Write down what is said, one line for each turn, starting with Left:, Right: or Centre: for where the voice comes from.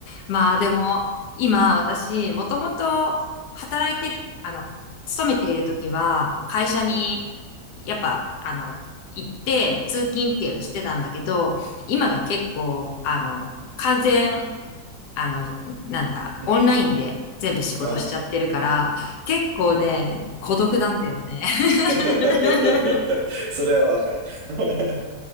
Left: まあでも、今私、もともと働いてる、あの、勤めている時は、会社に、
Right: う。うん。
Left: やっぱ、あの、行って、通勤っていうのしてたんだけど、
Right: うん。
Left: 今が結構、あの、完全、あの、なんだ、
Right: うん。
Left: オンラインで全部仕事しちゃってるから、
Right: うん。うん。
Left: 結構ね、孤独なんだよね。<laughs>
Right: <laughs> それはわかる。<laughs>